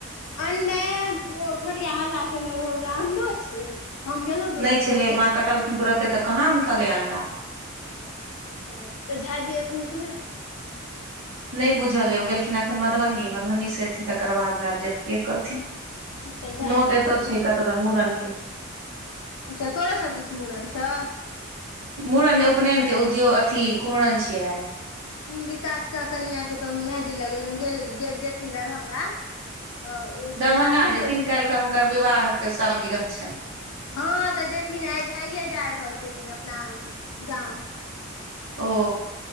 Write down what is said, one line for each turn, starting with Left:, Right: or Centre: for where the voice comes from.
Left: अंडे ओ छोटिया हल्ला केने रहौ जे अंडो छै हम गेलहुँ दौड़
Right: नहि
Left: कऽ
Right: छलै
Left: देखै
Right: माँ
Left: लए
Right: कटलखिन तुरते तऽ कहाँ निकलय अंडा
Left: अच्छा तऽ झा जी अथुन कि नहि
Right: नहि बुझल अ ओ गेलखिन एखन मधुबनी मधुबनीसँ एयथिन तकर बादमे आब जेथिन चाहे जे करथिन
Left: अच्छा झा
Right: न
Left: जी एलखिन
Right: तऽ एतऽ छै कत दन मूड़न के
Left: अच्छा तोहरो सबदीस मूड़न छौ
Right: मुड़न नहि उपनयने उद्योग अथि कुम्हरनछै आय
Left: विकास क कनिया के तऽ मेंहदी लगेलियौ जेथिन दरभंगा तऽ ओ
Right: दरभंगा
Left: सब सासुर
Right: नहि जेथिन काल्हिखन हुनकर विवाहके सालगिरह छनि
Left: हँ तऽ जेथिन आय आयए जा रहल छथिन अपना गाम
Right: ओ